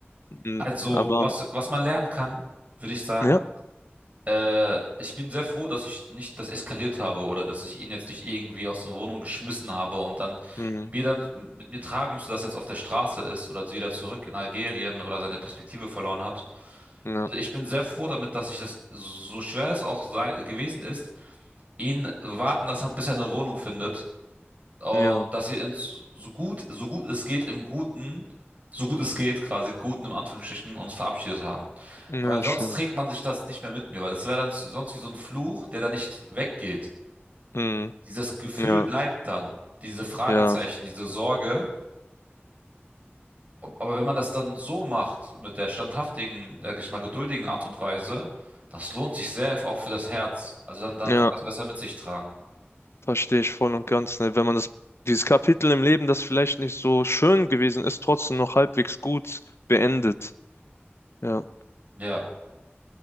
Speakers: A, on the left; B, on the right.
A: Mhm,
B: Also,
A: Aber
B: was, was man lernen kann, würde ich sagen.
A: ja,
B: Äh, ich bin sehr froh, dass ich nicht das eskaliert habe oder dass ich ihn jetzt nicht irgendwie aus der Wohnung geschmissen habe und dann
A: mhm,
B: mir dann mit mir tragen müsste, dass er jetzt auf der Straße ist oder wieder zurück in Algerien oder seine Perspektive verloren hat.
A: ja,
B: Also ich bin sehr froh damit, dass ich das, so schwer es auch sei, gewesen ist, ihn warten lassen, bis er eine Wohnung findet. Und
A: ja,
B: dass wir uns so so gut, so gut es geht, im Guten, so gut es geht, quasi Guten im Anführungsstrichen, uns verabschiedet haben.
A: ja,
B: Weil sonst
A: schön.
B: trägt man sich das nicht mehr mit mir, weil das wäre dann sonst wie so ein Fluch, der dann nicht weggeht.
A: Mhm,
B: Dieses Gefühl
A: Ja,
B: bleibt dann. Diese Fragezeichen,
A: ja,
B: diese Sorge. Aber wenn man das dann so macht, mit der standhaftigen, sag ich mal, geduldigen Art und Weise, das lohnt sich sehr, auch für das Herz. Also dann, dann
A: ja.
B: kann man das besser mit sich tragen.
A: Verstehe ich voll und ganz, ne? Wenn man das, dieses Kapitel im Leben, das vielleicht nicht so schön gewesen ist, trotzdem noch halbwegs gut beendet. Ja.
B: Ja.